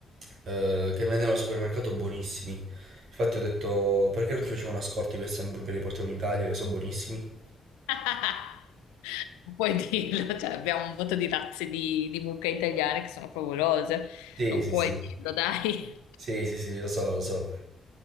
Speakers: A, on the right (about 65°); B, on the left (about 85°).
A: eh, che vendevano al supermercato buonissimi. Infatti ho detto, perché non ci facevano a scorti questi hamburger che li portiamo in Italia che sono buonissimi?
B: <laughs> Non Puoi dirlo, <laughs> cioè abbiamo un voto di razze di, di mucche italiane che sono favolose,
A: Sì,
B: non
A: sì,
B: puoi
A: sì.
B: dirlo, dai.
A: Sì, sì, sì, lo so, lo so.